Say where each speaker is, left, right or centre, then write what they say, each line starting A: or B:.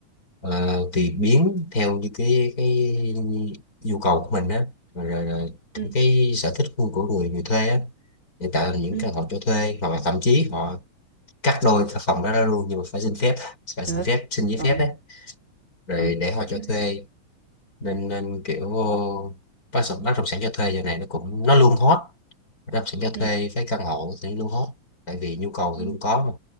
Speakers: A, on the left; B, on the right.
A: ờ, tùy biến theo như cái cái nhu cầu của mình á rồi, rồi, rồi
B: ừ
A: theo
B: ừ
A: cái sở thích của của người người thuê á hiện tại là những
B: ừ
A: căn hộ cho thuê hoặc là thậm chí họ cắt đôi cái phòng đó ra luôn nhưng mà phải xin phép phải xin
B: hả
A: phép xin giấy
B: ờ
A: phép đấy rồi
B: ờ
A: để họ
B: hiểu
A: cho thuê
B: hiểu
A: nên
B: ừ
A: nên kiểu bất động bất động sản cho thuê giờ này nó cũng nó luôn hot bất động sản cho thuê
B: ừ
A: với căn hộ thì nó luôn hot tại vì nhu cầu
B: ừ
A: thì luôn có mà